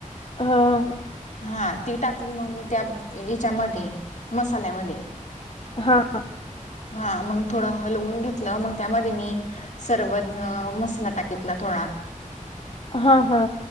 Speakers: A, on the left; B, on the left.
A: हां.
B: हा ती टाकली मग मी त्या याच्यामध्ये मसाल्यामध्ये.
A: हा ह.
B: हा मग थोडं हलवून घेतलं मग त्यामध्ये मी सरवरण मसाला टाकीतला थोडा.
A: हा हा.